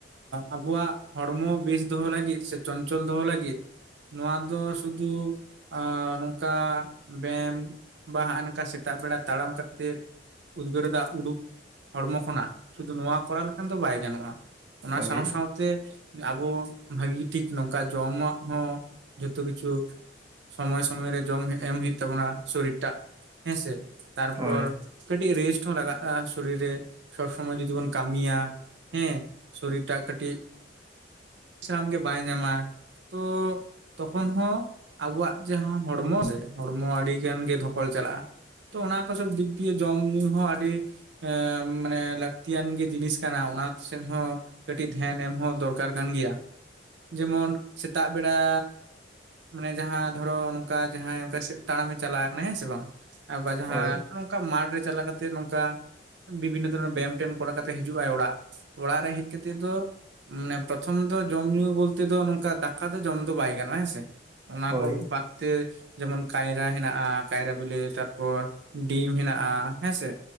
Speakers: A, on the right (about 75°); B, on the right (about 25°).
A: ᱟᱵᱚᱣᱟᱜ ᱦᱚᱲᱢᱚ ᱵᱮᱥ ᱫᱚᱦᱚ ᱞᱟᱹᱜᱤᱫ, ᱥᱮ ᱪᱚᱧᱪᱚᱞ ᱫᱚᱦᱚ ᱞᱟᱹᱜᱤᱫ ᱱᱚᱣᱟ ᱫᱚ ᱥᱩᱫᱩ ᱱᱚᱝᱠᱟ ᱵᱮᱭᱟᱢ, ᱵᱟ ᱦᱟᱸᱜᱼᱟ ᱱᱚᱝᱠᱟ ᱥᱮᱛᱟᱜ ᱵᱮᱲᱟ ᱛᱟᱲᱟᱢ ᱠᱟᱛᱮᱫ ᱩᱫᱽᱜᱟᱹᱨ ᱫᱟᱜ ᱩᱰᱩᱠ ᱦᱚᱲᱢᱚ ᱠᱷᱚᱱᱟᱜ ᱥᱩᱫᱷᱩ ᱱᱚᱣᱟ ᱠᱚᱨᱟᱣ ᱞᱮᱠᱷᱟᱱ ᱫᱚ ᱵᱟᱭ ᱜᱟᱱᱚᱜᱼᱟ, ᱚᱱᱟ
B: ᱦᱳᱭ
A: ᱥᱟᱶ ᱥᱟᱶᱛᱮ ᱟᱵᱚ ᱵᱷᱟᱹᱜᱤ ᱴᱷᱤᱠ ᱱᱚᱝᱠᱟ ᱡᱚᱢᱟᱜ ᱦᱚᱸ ᱡᱷᱚᱛᱚ ᱠᱤᱪᱷᱩ, ᱥᱚᱢᱚᱭ ᱥᱚᱢᱚᱭ ᱨᱮ ᱡᱚᱢ ᱮᱢ ᱦᱩᱭᱩᱜ ᱛᱟᱵᱚᱱᱟ ᱥᱚᱨᱤᱨ ᱴᱟᱜ ᱦᱮᱸᱥᱮ᱾ ᱛᱟᱨᱯᱚᱨ
B: ᱦᱳᱭ
A: ᱠᱟᱹᱴᱤᱡ ᱨᱮᱥᱴ ᱦᱚᱸ ᱞᱟᱜᱟᱜᱼᱟ ᱥᱚᱨᱤᱨ ᱨᱮ ᱥᱚᱵ ᱥᱚᱢᱚᱭ ᱡᱩᱫᱤᱵᱚᱱ ᱠᱟᱹᱢᱤᱭᱟ, ᱦᱮᱸ ᱥᱚᱨᱤᱨᱴᱟᱜ ᱠᱟᱹᱴᱤᱡ ᱥᱟᱱᱟᱢ ᱜᱮ ᱵᱟᱭ ᱧᱟᱢᱟ ᱛᱚ ᱛᱚᱠᱷᱚᱱ ᱦᱚᱸ ᱟᱵᱚᱣᱟᱜ ᱡᱟᱦᱟᱸ ᱦᱚᱲᱢᱚ ᱨᱮ ᱦᱚᱲᱢᱚ ᱟᱹᱰᱤ ᱜᱟᱱ ᱜᱮ ᱫᱷᱚᱠᱚᱞ ᱪᱟᱞᱟᱜᱼᱟ ᱛᱚ ᱚᱱᱟ ᱠᱚ ᱥᱚᱵ ᱫᱤᱠ ᱫᱤᱭᱮ ᱡᱚᱢ ᱧᱩ ᱦᱚᱸ ᱟᱹᱰᱤ ᱮᱸ ᱢᱟᱱᱮ ᱞᱟᱹᱠᱛᱤᱭᱟᱱ ᱜᱮ ᱡᱤᱱᱤᱥ ᱠᱟᱱᱟ ᱚᱱᱟ ᱥᱮᱫ ᱦᱚᱸ ᱠᱟᱹᱴᱤᱡ ᱫᱷᱮᱭᱟᱱ ᱮᱢ ᱦᱚᱸ ᱫᱚᱨᱠᱟᱨ ᱠᱟᱱ ᱜᱮᱭᱟ᱾ ᱡᱮᱢᱚᱱ ᱥᱮᱛᱟᱜ ᱵᱮᱲᱟ ᱢᱟᱱᱮ ᱡᱟᱦᱟᱸ ᱫᱷᱚᱨᱚ ᱱᱚᱝᱠᱟ ᱡᱟᱦᱟᱸᱭ ᱚᱱᱠᱟ ᱛᱟᱲᱟᱢᱮ ᱪᱟᱞᱟᱣ ᱟᱠᱟᱱᱟ, ᱦᱮᱸ ᱥᱮ ᱵᱟᱝ? ᱟᱵᱟᱨ ᱡᱟᱦᱟᱸ
B: ᱦᱳᱭ
A: ᱱᱚᱝᱠᱟ ᱢᱟᱴᱷ ᱨᱮ ᱪᱟᱞᱟᱣ ᱠᱟᱛᱮᱫ ᱱᱚᱝᱠᱟ ᱵᱤᱵᱷᱤᱱᱱᱚ ᱫᱷᱚᱨᱚᱱ ᱵᱮᱭᱟᱢ ᱴᱮᱭᱟᱢ ᱠᱚᱨᱟᱣ ᱠᱟᱛᱮ ᱦᱤᱡᱩᱜ ᱟᱭ ᱚᱲᱟᱜ, ᱚᱲᱟᱜ ᱨᱮ ᱦᱮᱡ ᱠᱟᱛᱮᱫ ᱫᱚ ᱢᱟᱱᱮ ᱯᱨᱚᱛᱷᱚᱢ ᱛᱚ ᱡᱚᱢ ᱧᱩ ᱵᱳᱞᱛᱮ ᱫᱚ ᱱᱚᱝᱠᱟ ᱫᱟᱠᱟ ᱫᱚ ᱡᱚᱢ ᱫᱚ ᱵᱟᱭ ᱜᱟᱱᱚᱜᱼᱟ ᱦᱮᱸᱥᱮ, ᱚᱱᱟ
B: ᱦᱳᱭ
A: ᱠᱚ ᱵᱟᱫ ᱛᱮ ᱡᱮᱢᱚᱱ ᱠᱟᱭᱨᱟ ᱦᱮᱱᱟᱜᱼᱟ, ᱠᱟᱭᱨᱟ ᱵᱤᱞᱤ ᱛᱟᱨᱯᱚᱨ ᱰᱤᱢ ᱦᱮᱱᱟᱜᱼᱟ, ᱦᱮᱸ ᱥᱮ